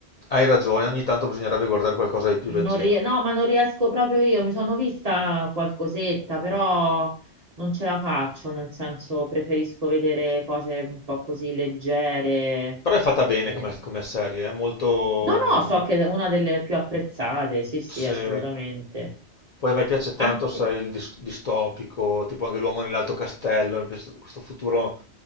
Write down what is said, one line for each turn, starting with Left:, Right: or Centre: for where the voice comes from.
Left: hai ragione, ogni tanto bisognerebbe guardare qualcosa di più
Right: Non
Left: leggero.
Right: rie- no, ma non riesco proprio io, mi sono vista qualcosetta, però non ce la faccio, nel senso preferisco vedere cose un po' così leggere.
Left: Però è fatta bene
Right: Eh,
Left: come, come serie, è molto...
Right: No, no, so che è una delle più apprezzate, sì, sì,
Left: c'è-
Right: assolutamente.
Left: Poi a me piace tanto,
Right: Anche...
Left: sai, il dis- distopico, tipo anche L'uomo nell'alto castello, mi piace questo futuro